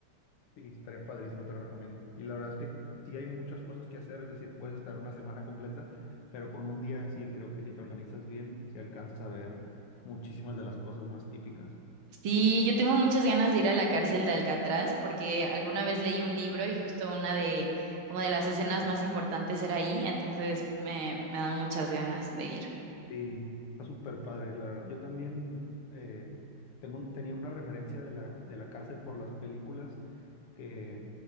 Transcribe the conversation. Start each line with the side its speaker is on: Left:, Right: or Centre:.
Left: Sí, estaría padrísimo, te lo recomiendo. Y la verdad es que sí hay muchas cosas que hacer, es decir, puedes estar una semana completa, pero con un día sí creo que si te organizas bien, si alcanzas a ver muchísimas de las cosas más típicas.
Right: Sí, yo tengo muchas ganas de ir a la cárcel de Alcatraz porque alguna vez leí un libro y justo una de como de las escenas más importantes era ahí, entonces me, me dan muchas ganas de ir.
Left: Sí, está súper padre, la verdad. Yo también eh, tengo, un- tenía una referencia de la, de la cárcel por las películas que,